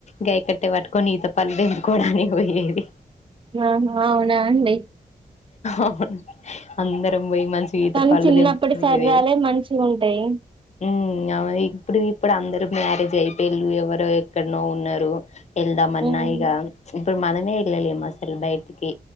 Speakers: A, on the left (about 45°); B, on the right (about 35°).
A: గయ కట్టె పట్టుకొని ఈత పళ్లు దెంపుకోవడాని పోయేది
B: ఆహా అవునా అండి
A: అవును అందరం పోయి మంచిగ ఈత
B: కానీ
A: పళ్ళు
B: చిన్నప్పటి
A: తెంపుకునేది
B: సరదాలే మంచిగుంటాయి
A: ఉ అవును ఇప్పుడు ఇప్పుడు అందరు మ్యారేజ్ అయిపోయిళ్ళు ఎవరో ఎక్కడనో ఉన్నారు ఎళ్దామన్నా
B: మ్మ్.
A: ఇగ ఇప్పుడు మనమే ఎల్లలేము అసల్ బయట్కి